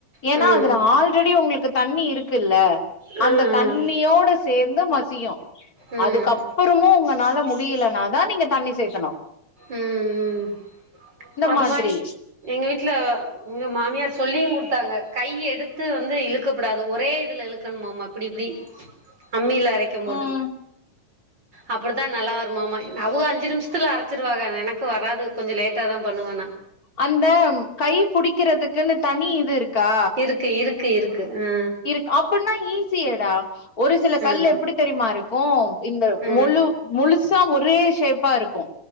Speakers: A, on the left; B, on the right.
A: ஏனா
B: ம்
A: அதுல ஆல் ரெடி உங்ளுக்கு தண்ணி இருக்குல்ல
B: ம்
A: அந்த தண்ணியோட சேந்து மசியு
B: ம்
A: அதுக்கப்
B: ம்
A: ப்றமு ஒங்கனால முடியலனாதா நீங்க தண்ணி சேத்தணு
B: ம் ம் அது
A: மாதிரி
B: மாரி எங்க வீட்ல எங்க மாமியார் சொல்லியு குடுத்தாங்க கைய எடுத்து வந்து இழுக்கபுடாது ஒரே இதுல இழுக்கணுமாமா இப்டி இப்டி அம்மில அரைக்கம்போது
A: ம்
B: அப்படிதா நல்லா வருமாமா அவுக அஞ்சு நிம்ஷத்துல அர ச்சிருவாக எனக்கு வராது கொஞ்சோ லேட்டா தா பண்ணுவே நா
A: அந்த கை புடிக்கிறதுக்குன்னு தனி இது இருக்கா
B: இருக்கு இருக்கு இருக்கு ஆ
A: இருக்கு அப்பன்னா ஈஸியேடா ஒரு சில
B: ஆ ம்
A: கல்லு எப்டி தெரிமாருக்கு இந்த
B: ம்
A: மொழு முழுசா ஒரே ஷேப்பாருக்கு